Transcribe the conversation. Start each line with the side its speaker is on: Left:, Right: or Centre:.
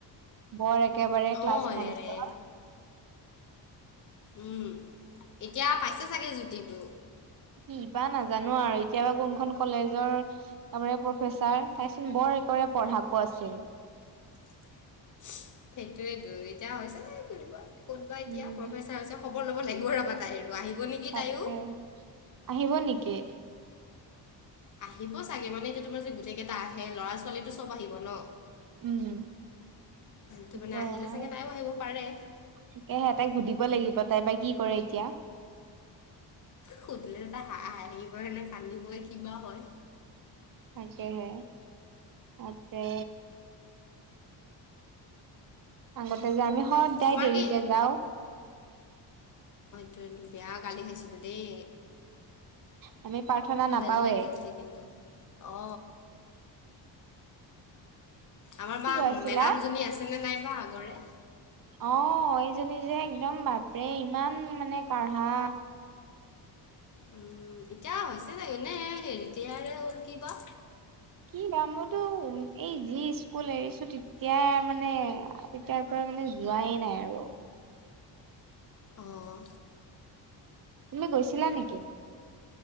Right: বৰ এক একেবাৰে
Left: অঁ
Right: ক্লাছ মন
Left: এৰে
Right: প
Left: উম এতিয়া পাইছে চাগে জুতিটো
Right: কিবা নাজানো আৰু এতিয়াবা কোনখন কলেজৰ ত প্ৰফেচাৰ তাইচোন বৰ একদম পঢ়াকো আছিল
Left: <unintelligible> সেইটোয় দু এতিয়া হৈছে নে কবা ক'তবা এতিয়া
Right: উম
Left: প্ৰফেচাৰ হৈছে খবৰ ল'ব লাগিব আৰু ৰবা তাই আৰু আহিব নেকি
Right: তাকে
Left: তাইও
Right: আহিব নেকি?
Left: আহিব চাগে মানে এয়া তোমাৰ যে গোটেই কেইটা আহে ল'ৰা ছোৱালীো সব আহিব ন
Right: উম
Left: তো মানে
Right: তাকেহে
Left: আহিলে চাগে তাইও আহিব পাৰে
Right: তাই সুধিব লাগিব তাই বা কি কৰে এতিয়া।
Left: সুধিলে দা হ হিবই নে কান্দিবই কিবা হয়।
Right: তাকে হে আতে- আগতে যে আমি সদদাই
Left: তোমাৰ
Right: দেৰিকে
Left: কি
Right: যাওঁ
Left: টো বেয়া গালি খাইছিলো দেই
Right: উম আমি প্ৰাৰ্থনা নাপাওৱে
Left: বেল কালিলকেন্ত অ আমাৰ
Right: কি
Left: বা
Right: কৈ আছিলা
Left: মেডাম জনী আছেনে নাইবা আগৰে
Right: অ এইজনী যে একদম বাপৰে ইমান মানে কাঢ়া
Left: উম এতিয়া হৈছে চাগ নে হেৰিতেয়াৰে হ'ল ক বা
Right: কি দাম মইতো উ এই যি স্কুল এৰিছো তেতিয়া মানে তেতিয়াৰ পৰা মানে যোৱাই নাই আৰু
Left: অ
Right: তুমি গৈছিলা নেকি?